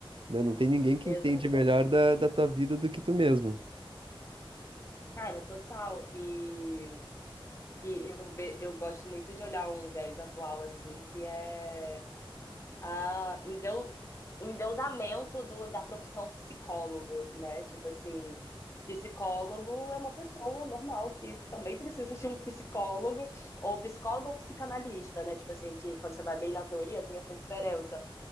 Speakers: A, on the right; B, on the left.
A: né? Não tem ninguém que
B: Exatamente.
A: entende melhor da, da tua vida do que tu mesmo.
B: Cara, total. E, e eu, ve, eu gosto muito de olhar um 10 atual, assim, que é a endeu, o endeusamento do, da profissão psicólogo, né? Tipo assim, psicólogo é uma pessoa normal que também precisa de um psicólogo, ou psicólogo ou psicanalista, né? Tipo assim, que quando você vai bem na teoria tem essa diferença.